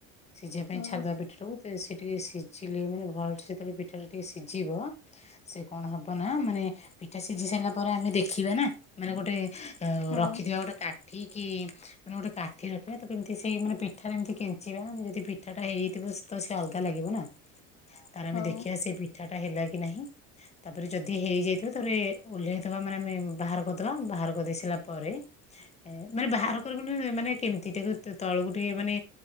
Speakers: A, on the left; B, on the left.
A: ସିଝିବା ପାଇଁ
B: ହଁ
A: ଛାଡିଦବା ପିଠାଟାକୁ। ତ ସେ ଟିକେ ସିଝିଲେ ମାନେ ଭଲସେ ଯେତେବେଳେ ପିଠାଟା ଟିକେ ସିଝିବ ସେ କଣ ହବ ନା ମାନେ ପିଠା ସିଝି ସାରିଲା ପରେ ଆମେ ଦେଖିବା ନା ମାନେ ଗୋଟେ ଆ
B: ହଁ
A: ରଖିଥିବା ଗୋଟେ କାଠି କି ମାନେ ଗୋଟେ କାଠି ରଖିବା ତାକୁ ଏମିତି ସେଇ ମାନେ ପିଠାରେ ଏମିତି କେଞ୍ଚିବା ଯଦି ପିଠାଟା ହେଇ ଯାଇଥିବ ତ ସେ ଅଲଗା ଲାଗିବ ନା ତାର
B: ହଁ
A: ଆମେ ଦେଖିବା ସେ ପିଠା ଟା ହେଲା କି ନାହିଁ। ତାପରେ ଯଦି ହେଇଯାଇଥିବ ତାପରେ ଓହ୍ଲେଇଦବା ମାନେ ଆମେ ବାହାର କରିଦବା। ବାହାର କରିଦେଇ ସାରିଲା ପରେ ମାନେ ବାହାର କର ମାନେ କେମିତି ତାକୁ ତଳକୁ ଟିକେ ମାନେ